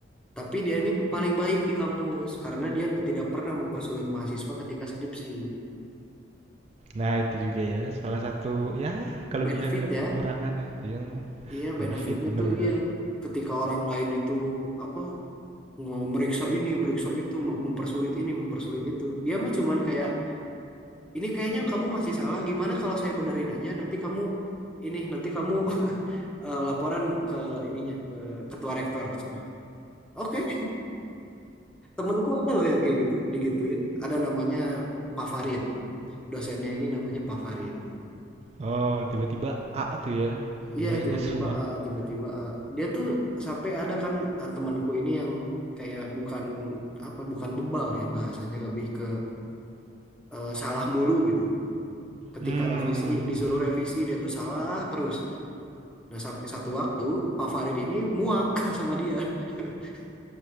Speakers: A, in the centre; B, on the right.
A: Tapi dia ini paling baik di kampus karena dia tidak pernah mempersulit mahasiswa ketika skripsi.
B: Nah, itu juga ya salah satu, ya kelebihan
A: Benefit
B: dan
A: ya,
B: kekurangannya yang
A: iya
B: benefit,
A: benefitnya
B: bener
A: tuh
B: bener.
A: dia ketika orang lain itu apa nge- meriksa ini, meriksa itu, mem- mempersulit ini, mempersulit itu. Dia mah cuman kayak Ini kayaknya kamu masih salah. Gimana kalau saya benerin aja? Nanti kamu ini, nanti kamu <laughs> eh, laporan ke ininya ke ketua rektor. Oke, temanku ada loh yang kayak gitu, digituin. Ada namanya Pak Farid. Dosennya ini namanya Pak Farid.
B: Oh, tiba-tiba A tuh ya
A: Iya,
B: nilainya
A: tiba-tiba
B: semua.
A: ah, tiba-tiba ah. Dia tuh sampai ada kan ah, temanku ini yang kayak bukan apa, bukan bebal ya bahasanya lebih ke eh, salah mulu gitu. Ketika
B: hmm
A: revisi disuruh revisi dia tuh salah terus. Nah, sampai satu waktu Pak Farid ini muak sama dia. <laughs>